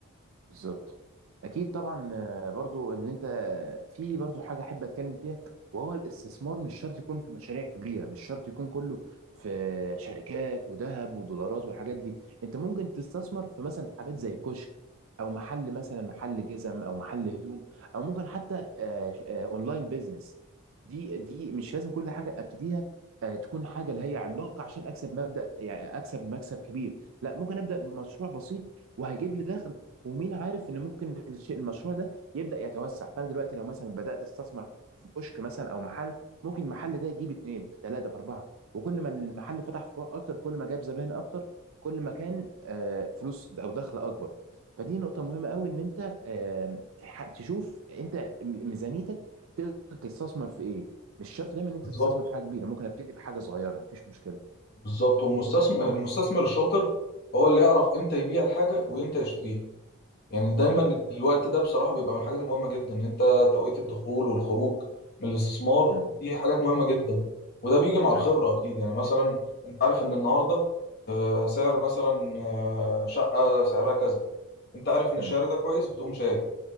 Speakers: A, on the right; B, on the left.
A: بالظبط اكيد طبعا آه، برضو ان انت في برضو حاجه احب اتكلم فيها وهو الاستثمار مش شرط يكون في مشاريع كبيره مش شرط يكون كله في شركات وذهب ودولارات والحاجات دي انت ممكن تستثمر في مثلا في حاجات زي كشك او محل مثلا محل جزم او محل هدوم او ممكن حتى آه، آه، اونلاين بيزنس دي دي مش لازم كل حاجه ابتديها آه، تكون حاجه اللي هي عملاقه عشان اكسب مبدا يعني اكسب مكسب كبير لا ممكن ابدا بمشروع بسيط وهيجيب لي دخل ومين عارف ان ممكن الشيء المشروع ده يبدا يتوسع فانا دلوقتي لو مثلا بدات استثمر في كشك مثلا او محل ممكن المحل ده يجيب اتنين في ثلاثه في اربعه وكل ما المحل فتح فروع اكتر كل ما جاب زباين اكتر كل ما كان آه، فلوس او دخل اكبر فدي نقطه مهمه قوي ان انت آه، تح- تشوف انت م- ميزانيتك تقدر تستثمر في ايه مش شرط دايما ان انت
B: بالظبط
A: تستثمر في حاجه كبيره ممكن ابتدي بحاجه صغيره مفيش مشكله
B: بالظبط والمستثمر المستثمر الشاطر هو اللي يعرف امتى يبيع الحاجه وامتى يشتريها يعني دايما
A: ايوه
B: الوقت ده بصراحة بيبقى من الحاجات المهمة جدا ان انت توقيت الدخول والخروج من الاستثمار
A: امم
B: دي حاجات مهمة جدا وده بيجي مع الخبرة
A: ايوه
B: اكيد يعني مثلا انت عارف ان النهاردة آه، سعر مثلا آه، شقة سعرها كذا انت عارف ان
A: امم
B: السعر ده كويس بتقوم شاري